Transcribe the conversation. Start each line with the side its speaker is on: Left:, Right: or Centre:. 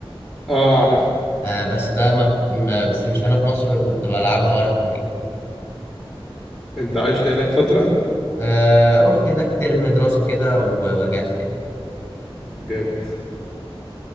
Centre: اه عارف
Left: آه، بس ده ما كنت ما- بس مش هنا في مصر كنت بلعبها وأنا في أمريكا
Centre: انت عشت هناك فتره
Left: آه، رحت هناك ترم دراسة كده و- ورجعت تاني
Centre: جامد